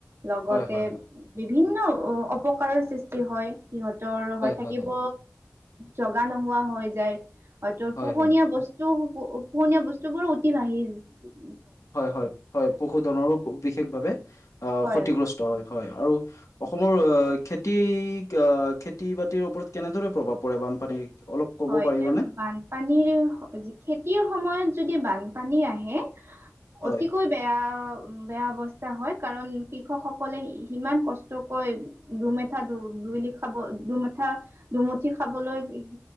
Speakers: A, on the right; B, on the left.
A: লগতে
B: হয়, হয়, হয়,
A: বিভিন্ন অপকাৰৰ সৃষ্টি হয় সিহঁতৰ হৈ থাকিব
B: হয়, হয়, হয়,
A: জগা নোহোৱা হৈ যায় হয়তো
B: হয়,
A: পোহনীয়া
B: হয়।
A: বস্তু পোহনীয়া বস্তু বোৰো উতি ভাঢ়ি
B: হয় হয় হয় পশুধনৰো বিশেষভাৱে অ
A: হয়
B: ক্ষতিগ্ৰস্ত হয় হয় আৰু অসমৰ খেতি খেতি বাতিৰ ওপৰত কেনেদৰে প্ৰভাৱ পৰে বানপানীৰ অলপ ক'ব
A: হয়
B: পাৰিবানে
A: এতিয়া বানপানীৰ যি খেতিৰ সময়ত যদি বানপানী আহে
B: হয়
A: অতিকৈ বেয়া বেয়া অৱস্থা হয়, কাৰণ কৃষকসকলে সিমান কষ্টকৈ দুমেঠ দু বুলি খাব দুমুঠা দুমুঠি খাবলৈ